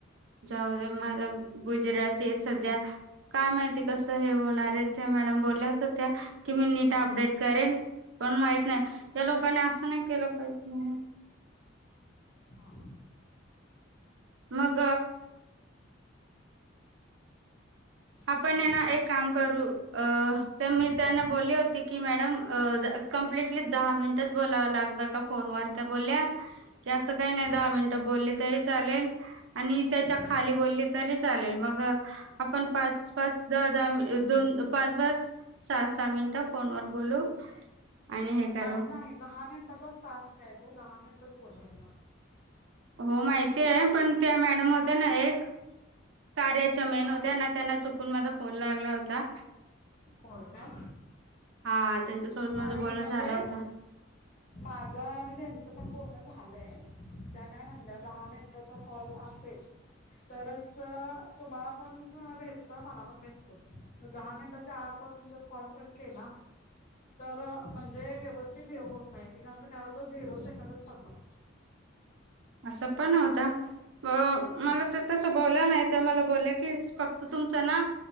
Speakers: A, on the right; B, on the left.
A: जाऊदे माझ गुजराती सध्या काय माहिती कसं हे होणार! मॅडम बोल्या होत त्या की मी नीट अपडेट करेन, पण माहित नाही या लोकांनी असं नाही केलं पाहिजे. हम
B: हा.
A: मग आपण
B: बोला
A: ये ना एक काम करू अं तर मी
B: हा
A: त्यांना बोलली होती की मॅडम अ कंप्लिटली दहा मिनिटच बोलावं लागतं का फोनवर त्या बोलल्या की असं काही नाही
B: हा
A: दहा मिनटं बोल तरी चालेल, आणि त्याच्या
B: हा
A: खाली बोललं तरी चालेल मग आपण पाच पाच दहा दहा दोन पाच पाच सहा सहा मिनिटं फोनवर बोलू आणि हे करू
B: नाही नाही दहा मिनट चा टास्क हाय तो दहा मिनिटच बोलू
A: हो माहिती आहे. पण त्या मॅडम होत्या ना एक कार्याच्या मेन
B: पण
A: होत्या ना त्यांना चुकून माझा फोन लागला होता.
B: होय काय,
A: हा त्यांच्यासोबत
B: नाही
A: माझं बोलणं
B: म्हणजे
A: झालं होत
B: माझ आणि त्यांच पण बो बोलणं झालय त्या काय म्हणल्या दहा मिनिटाचा काॅल असेल तरच तुमाला पण भेटतो आणि मला पण भेटतो मग दहा मिनिटं च्या आता आपण जर कॉल कट केला तर म्हणजे व्यवस्थित हे होत नाही एककांचं काय होतं झिरो सेकंडच पडतात मग.
A: असं पण होता मला
B: हा
A: तर तस बोल्या नाहीत! ते मला बोलले की फक्त तुमचं ना